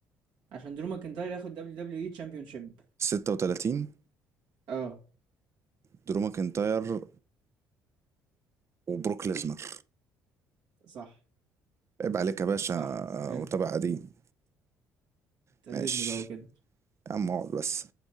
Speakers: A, on the right (about 65°); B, on the right (about 40°).
A: عشان درو ماكنتاير ياخد دبليو دبليو اي تشامبيونشيب
B: 36
A: اه
B: درو ماكنتاير وبروك ليزنر
A: صح
B: عيب عليك يا باشا
A: صح
B: آه،
A: حلو
B: متابع قديم
A: تقلدني
B: ماشي
A: بقى وكده
B: يا عم اقعد بس